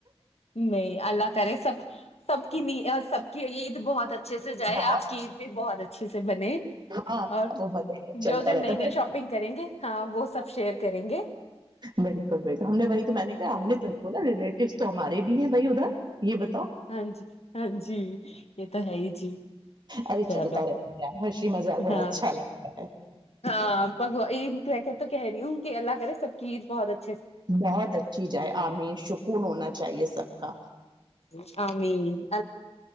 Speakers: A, on the left; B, on the right.
A: نہیں اللہ کرے سب سب کی ن سب کی عید بہت اچھے سے جائے
B: بہت
A: آپ کی عید بھی بہت اچھے سے بنے
B: ہاں
A: اور
B: وہ مزے
A: جو
B: چلتا
A: جو
B: رہتا
A: نئی نئی
B: ہے
A: شاپنگ کریں گے ہاں وہ سب شیئر کریں گےکے
B: بالکل بالکل ہم نے وہی تو میں نے کہا ہم نے تو نہیں بولا ریلیٹیوس تو ہمارے بھی ہیں بھائی ادھر یہ بتا
A: ہاں جی ہاں جی یہ تو ہے ہی جی
B: ارے
A: چلو
B: چلتا رہتا ہے یار ہنسی مذاق بڑا
A: ہاں
B: اچھا لگتا ہے
A: ہاں بگو میں کہ تو کہہ رہی ہوں کہ اللہ سبکید بہت اھا
B: بہت اچھی جائے عام سکون ہونا چاہیے سب کا
A: امی